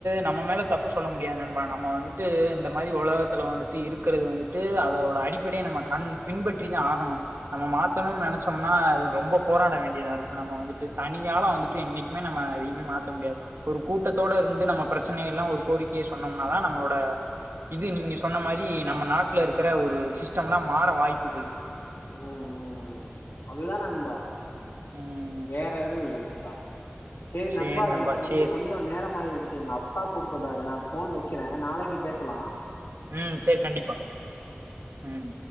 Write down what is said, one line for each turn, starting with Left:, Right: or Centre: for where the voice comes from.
Right: நம்ம மேல தப்பு சொல்ல முடியாது நம்ம வந்துட்டு இந்த மாதிரி உலகத்துல வந்துட்டு இருக்கிறது வந்துட்டு அதோட அடிப்படைய நம்ம கண் பின்பற்றிதான் ஆகணும் நம்ம மாத்தணும்னு நினைச்சோம்னா ரொம்ப போராட வேண்டியதா இருக்கும் நம்ம வந்துட்டு தனி நீயாலாம் வந்துட்டு என்னைக்குமே நம்ம அதையுமே மாத்த முடியாது ஒரு கூட்டத்தோட இருந்து நம்ம பிரச்சனைலாம் ஒரு கோரிக்கையை சொன்னோம்னாதான் நம்மளோட இது நீங்க சொன்ன மாதிரி நம்ம நாட்டுல இருக்கிற ஒரு சிஸ்டம் எலாம் மாற வாய்ப்புகள் இருக்கு
Left: உம் உம் ம் அதுதான் நண்பா
Right: ம்.
Left: வேற எதுவும் இல்ல நண்பா செரி நண்பா
Right: சேரி
Left: எனக்கு வந்து
Right: சேரி.
Left: கொஞ்சம் நேரம் ஆயிருச்சு எங்க அப்பா கூப்பிடுறாரு ஃபோன் வெக்கிறேன் நாளைக்கு பேசலாம்
Right: உம் செரி கண்டிப்பா உம்